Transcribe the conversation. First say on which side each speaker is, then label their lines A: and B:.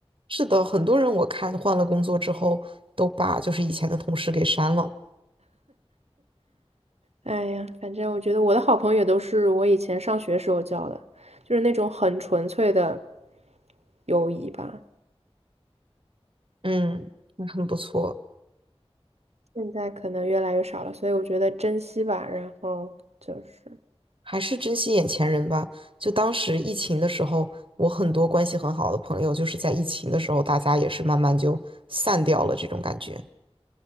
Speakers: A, on the right; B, on the right.
A: 是的，很多人我看换了工作之后，都把就是以前的同事给删了。
B: 哎呀，反正我觉得我的好朋友也都是我以前上学时候交的，就是那种很纯粹的友谊吧。
A: 嗯，那很不错，
B: 现在可能越来越少了，所以我觉得珍惜吧。然后就是，
A: 还是珍惜眼前人吧。就当时疫情的时候，我很多关系很好的朋友，就是在疫情的时候，大家也是慢慢就散掉了这种感觉。